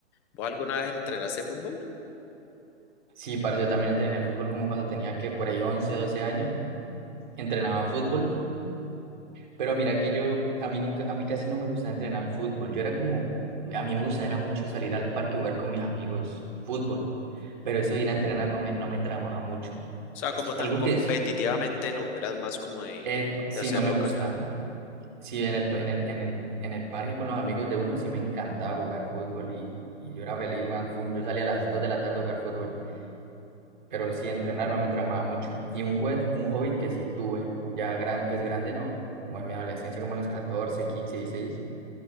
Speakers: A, in the centre; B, on the right (about 40°).
A: ¿Vos alguna vez entrenaste fútbol?
B: Sí, parce, yo también entrené fútbol como cuando tenía que por ahí 11 12 años, entrenaba fútbol, pero mira que yo, a mí nunca, a mí casi no me gustaba entrenar fútbol, yo era como, a mí me gustaba era mucho salir al parque y jugar con mis amigos fútbol, pero eso de ir a entrenar no me, no me tramaba mucho.
A: O sea, como tan
B: Algo
A: competitivamente
B: que es,
A: no, eras más como de,
B: eh, sí,
A: de hacerlo
B: no me gusta,
A: ocasional.
B: sí, en el, co- en el, en el, en el parque con los amigos de uno sí me encantaba jugar fútbol y, y yo era feliz jugando fútbol, yo salía a las 2 de la tarde a jugar fútbol, Pero sí, entrenar no me tramaba mucho. Y un, juguet- un hobby que sí tuve, ya gran, pues grande no, como en mi adolescencia, como a los 14, 15, 16,